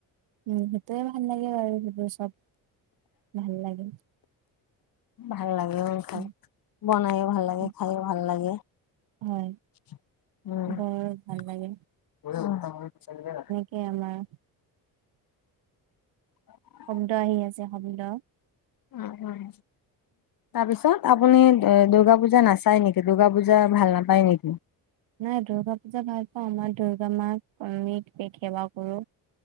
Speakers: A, on the right; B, on the left.
A: উম সেইটোয়ে ভাল লাগে বাৰু সেইবোৰ চব ভাল লাগে।
B: ভাল লাগে অ' খাই,
A: উম,
B: বনাইও ভাল লাগে
A: উম,
B: খাইয়ো ভাল লাগে।
A: হয়
B: <unintelligible>
A: বৰ ভাল লাগে এয়া আমাৰ
B: অ'।
A: শব্দ আহি আছে, শব্দ
B: উম, উম। তাৰ পিছত, আপুনি দ দুৰ্গা পূজা নাচায় নেকি, দূৰ্গা পূজা ভাল নাপায় নেকি?
A: নাই দূৰ্গা পূজা ভাল পাওঁ। মই দূৰ্গা মাক <unintelligible> সেৱা কৰোঁ।